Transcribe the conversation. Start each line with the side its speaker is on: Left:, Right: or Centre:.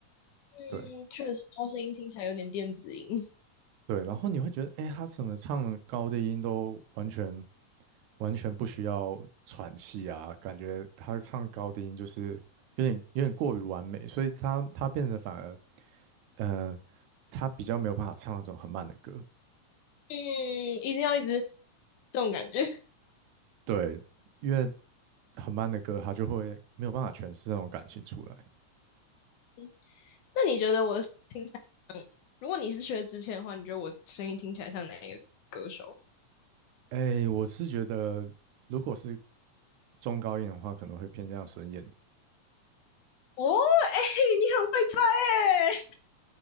Left: 嗯，
Right: 对，
Left: 确实，他声音听起来有点电子音。
Right: 对，然后你会觉得，哎，他怎么唱的高低音都完全完全不需要喘气啊？感觉他唱高低音就是有点有点过于完美，所以他他变得反而，呃，他比较没有办法唱那种很慢的歌。
Left: 嗯，一定要一直这种感觉。
Right: 对，因为很慢的歌，他就会没有办法诠释那种感情出来。
Left: <laughs> 那你觉得我听起来，如果你是薛之谦的话，你觉得我声音听起来像哪一个歌手？
Right: 哎，我是觉得，如果是中高音的话，可能会偏向孙燕
Left: 哦，哎、你很会猜哎、